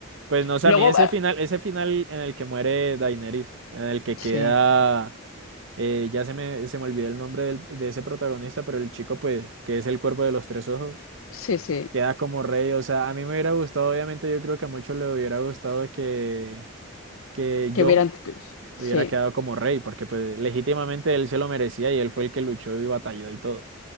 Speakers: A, on the right; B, on the left.
A: Pues no sé,
B: Luego,
A: a mí ese
B: eh,
A: final, ese final en el que muere Daenerys, en el que
B: sí,
A: queda, eh, ya se me, se me olvidó el nombre del- de ese protagonista, pero el chico, pues, que es el cuerpo de los tres ojos,
B: sí, sí,
A: queda como rey. O sea, a mí me hubiera gustado, obviamente, yo creo que a muchos le hubiera gustado que, que
B: que
A: Jon.
B: hubieran, sí.
A: hubiera quedado como rey, porque pues legítimamente él se lo merecía y él fue el que luchó y batalló y todo.